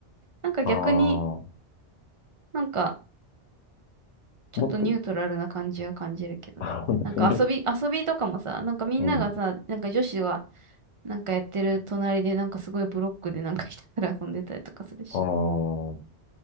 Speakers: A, on the right (about 45°); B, on the left (about 80°).
A: なんか逆に
B: ああ、
A: なんかちょっとニュートラルな感じが感じるけどね。
B: もっと、<laughs> あ、本当に。
A: なんか遊び、遊びとかもさ、なんかみんながさ、
B: うん。
A: なんか女子はなんかやってる隣でなんかすごいブロックでなんかひたすら遊んでたりとかするし。
B: ああ、